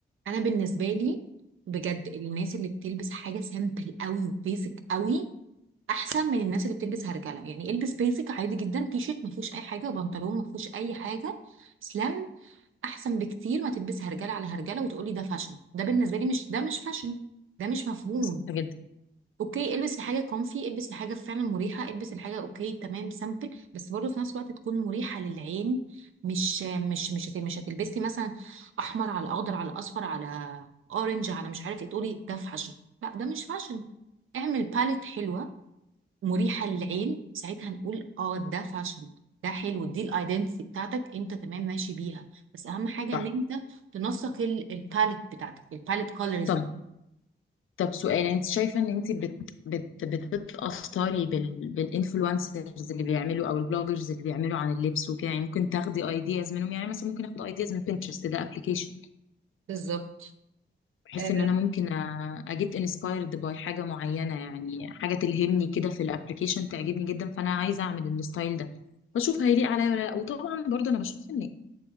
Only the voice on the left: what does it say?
صح جدا
صح
طب طب سؤال انت شايفه ان انت بت بت بت- بتتاثري بال بالانفلونسرز اللي بيعملوا او البلوجرز اللي بيعملوا عن اللبس وكده يعني ممكن تاخدي ايدياز منهم يعني مثلا ممكن اخد ايدياز من بنترست ده ابلكيشن
بحيث
ان انا ممكن اجيت انسبايرد باي حاجه معينه يعني حاجه تلهمني كده في الابلكيشن تعجبني جدا فانا عايزه اعمل الستايل ده بشوف هيليق عليا ولا لا وطبعا برضه انا بشوف ان